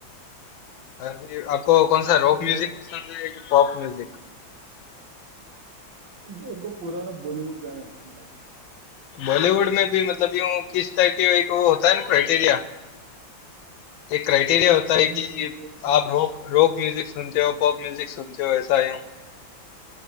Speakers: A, on the left (about 80°); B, on the right (about 85°).
A: अभी आपको कौन सा रॉक
B: मैं
A: म्यूजिक पसंद है कि पॉप म्यूजिक
B: मेरे को पुराना बॉलीवुड गाना पसंद है
A: बॉलीवुड में भी मतलब यूं किस टाइप के एक वो होता है ना क्राइटेरिया एक क्राइटेरिया
B: हम्म,
A: होता है कि आप रॉक रॉक म्यूजिक सुनते हो पॉप म्यूजिक सुनते हो ऐसा यूं